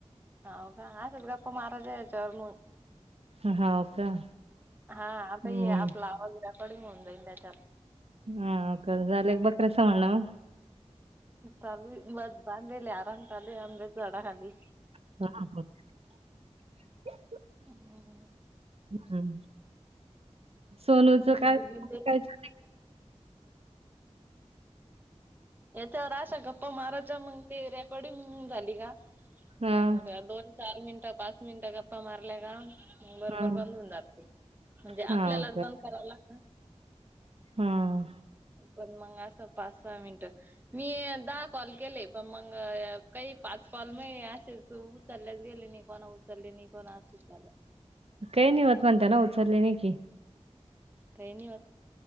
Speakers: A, on the right (about 15°); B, on the right (about 60°).
A: हाव का? अशाच गप्पा मारायच्या हेच्या वरन?
B: ह हाव का?
A: हा. आता
B: हम्म.
A: हे आपला आवाज, रेकॉर्डिंग होऊन जाईल त्याच्यात.
B: हा कर झाले बकर्या संभाळन.
A: चालू हे. मस बांदेल हे आराम चालू आहे, आंब्याच्या झाडा खाली.
B: <unintelligible>
A: हम्म
B: हम्म, सोनूचं काय?
A: बिबीन ते
B: काय झा
A: याच्यावर आशा गप्पा मारायच्या मंग ते रेकॉर्डिंग झाली का मंग
B: हा.
A: दोन चार मिनटं पाच मिनटं गप्पा मारल्या का मंग बरबर
B: हा.
A: बंद हुवून जात ते, म्हणजे आपल्यालाच
B: हाव
A: बंद कराव लाग
B: हं.
A: पण मंग असं पाच सहा मिनटं मी दहा कॉल केले पण् मंग कइ पाच कॉल मये असेच उ -चललेच गेले नी कोणं उचलले नी कोणं असचं झालं.
B: कई नी होत म्हणता ना उचंलले नई की.
A: कयनी होत.